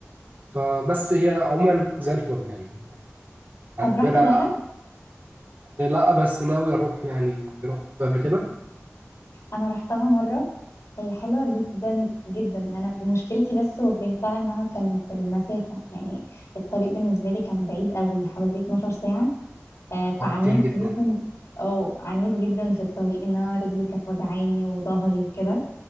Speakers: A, on the right (about 45°); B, on the left (about 75°).
A: فبس هي عموما زي الفل يعني اعتبرها
B: طب رحت دهب
A: لا بس ناوي أروح يعني أنت رحت قبل كده؟
B: انا رحتها مره هي حلوه جدا جدا انا مشكلتي بس واجهتها انها كانت المسافه يعني الطريق بالنسبه لي كان بعيد قوي حوالي 12 ساعه آه، فعانيت
A: أه كتير جدا
B: جدا اه عانيت جدا في الطريق ان انا رجلي كانت وجعاني وظهري وكده